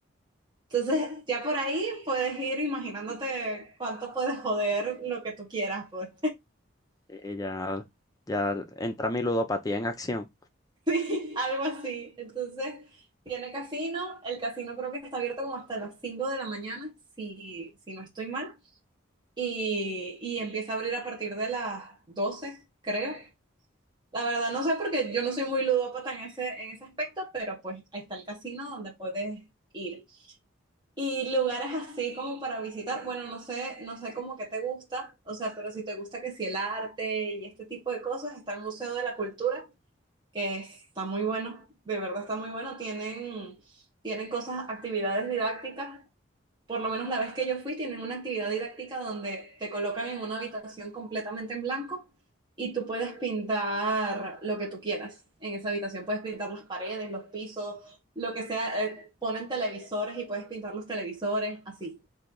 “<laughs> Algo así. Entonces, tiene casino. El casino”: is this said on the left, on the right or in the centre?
Right